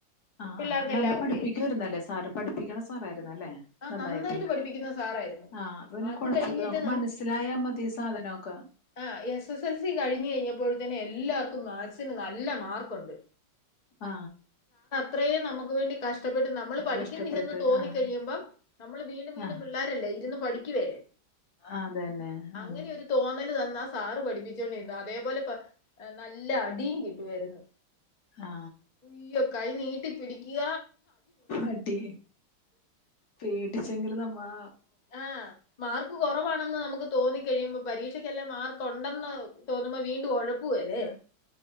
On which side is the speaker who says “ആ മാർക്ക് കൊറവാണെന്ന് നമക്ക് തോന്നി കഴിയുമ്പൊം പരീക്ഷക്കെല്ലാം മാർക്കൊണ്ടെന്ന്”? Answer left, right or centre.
Left